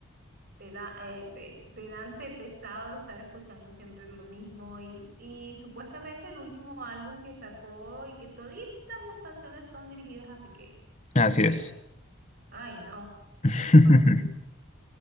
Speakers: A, on the right; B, on the left.
A: peda- eh, pe- pedante, pesado estar escuchando siempre lo mismo y, y supuestamente el último álbum que sacó y que toditas las canciones son dirigidas a Piqué.
B: Así
A: O sea,
B: es.
A: ay no, o
B: <laughs>
A: sea, qué fastidio.